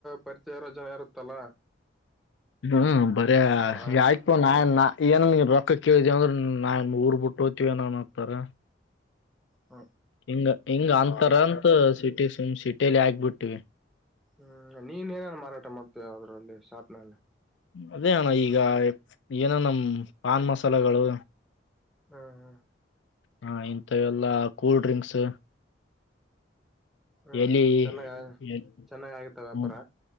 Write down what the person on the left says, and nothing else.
ಇಗ ಬರೇ
ಐಫೋನ್ ನಾ ನಾ ಏನ ನೀ ರೊಕ್ಕ ಕೇಳಿದೀವ ಅಂದ್ರೆ ನಾನ್ ಊರ್ ಬಿಟ್ಟು ಹೋತಿವ ಅಣ್ಣ ಅಂತಾರೆ.
ಹಿಂಗ ಹಿಂಗ್ ಅಂತರ ಅಂತ ಸಿಟಿ ಸುಮ್ ಸಿಟ್ಟಿಲೆ ಆಗಬಿಟ್ಟಿವಿ.
ಅದೇ ಅಣ್ಣ ಈಗ ಏನನ ಮ್ ಪಾನ್ ಮಸಾಲಗಳು.
ಹಾ ಇಂಥವೆಲ್ಲಾ ಕೂಲ್ ಡ್ರಿಂಕ್ಸ್.
ಎಲಿ
ಎಲ್
ಹ್ಮ.